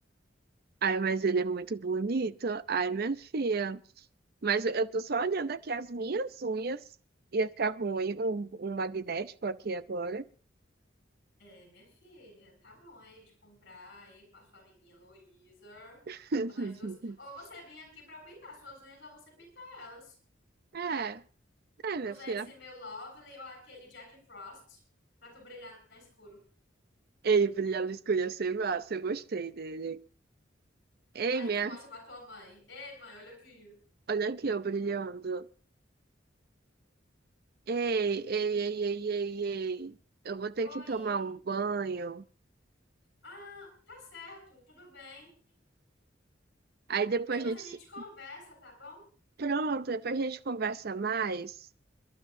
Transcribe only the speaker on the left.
É, minha filha, tá bom aí de comprar aí com a sua amiguinha Luísa.
Pra nós duas. Ou você vinha aqui pra eu pintar suas unhas ou você pintar elas.
Usar
esse meu Lovely ou aquele Jack Frost pra tu brilhar no escuro.
Aí
tu mostra pra tua mãe. Ei, mãe, olha aqui.
Oi.
Ah, tá certo, tudo bem.
Depois
a gente
conversa, tá bom?